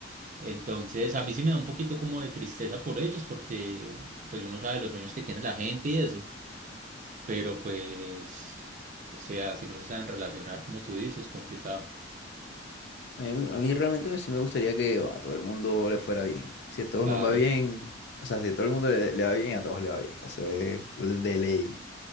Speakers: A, on the right (about 40°); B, on the left (about 60°).
A: Entonces, a mí sí me da un poquito como de tristeza por ellos, porque pues uno sabe los sueños que tiene la gente y eso, pero pues, o sea, si no se saben relacionar, como tú dices, es complicado.
B: A mí, a mí realmente sí me gustaría que bueno, a todo el mundo le fuera bien. Si a todos
A: Claro.
B: nos va bien, o sea, si a todo el mundo le, le va bien, a todos le va bien. Eso es de ley.